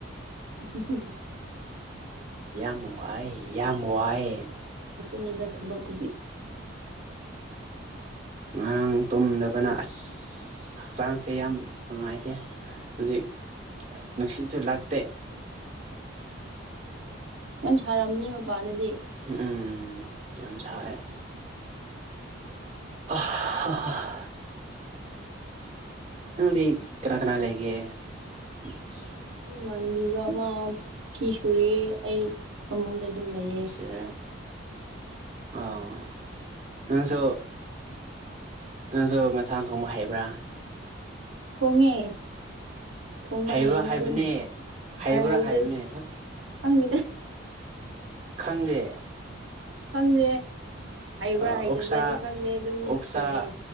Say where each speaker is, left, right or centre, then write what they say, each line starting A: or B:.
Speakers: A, on the right (about 75°); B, on the right (about 35°).
A: ꯍꯝ ꯍꯝ
B: ꯌꯥꯝ ꯋꯥꯏ ꯌꯥꯝ ꯋꯥꯏ
A: ꯅꯤꯗ ꯊꯝꯕ ꯄꯨꯗꯤ
B: ꯉꯔꯥꯡ ꯇꯨꯝꯗꯕꯅ ꯑꯁ ꯍꯛꯆꯥꯡꯁꯦ ꯌꯥꯝ ꯅꯨꯡꯉꯥꯏꯇꯦ ꯍꯧꯖꯤꯛ ꯅꯨꯡꯁꯤꯠꯁꯨ ꯂꯥꯛꯇꯦ
A: ꯌꯥꯝ ꯁꯥꯔꯝꯃꯅꯤ ꯃꯄꯥꯟꯗꯗꯤ
B: ꯎꯝ ꯎꯝ ꯌꯥꯝ ꯁꯥꯏꯦ ꯑ ꯅꯪꯗꯤ ꯀꯅꯥ ꯀꯅꯥ ꯂꯩꯒꯦ ꯑ
A: ꯏ ꯃꯅꯕꯤꯒ ꯃꯥ ꯐꯤ ꯁꯨꯔꯦ ꯑꯩ ꯐꯃꯨꯡꯗ ꯑꯗꯨꯝ ꯂꯩ
B: ꯁ ꯑꯥꯎ ꯅꯪꯁꯨ ꯅꯪꯖ ꯉꯟꯁꯥꯡ ꯊꯣꯡꯕ ꯍꯥꯏꯕ꯭ꯔꯥ
A: ꯈꯃꯤꯦ ꯊꯣꯡꯕ
B: ꯍꯩꯕ꯭ꯔꯥ
A: ꯍꯩꯌꯦꯅꯦ
B: ꯍꯥꯏꯕꯅꯦ
A: ꯑꯗꯨꯝ
B: ꯍꯩꯕ꯭ꯔꯥ
A: ꯍꯩꯗ꯭ꯔꯣꯏ
B: ꯍꯥꯏꯕꯅꯤ
A: ꯈꯪꯅꯤꯗ
B: ꯈꯪꯗꯦ
A: ꯈꯪꯗꯦ ꯍꯩꯕ꯭ꯔꯥ
B: ꯑꯣꯛꯁꯥ
A: ꯍꯩꯇꯕ꯭ꯔꯥꯗꯤ ꯈꯪꯗꯦ ꯑꯗꯨꯝ
B: ꯑꯣꯛꯁꯥ
A: ꯊꯣꯡꯉꯦ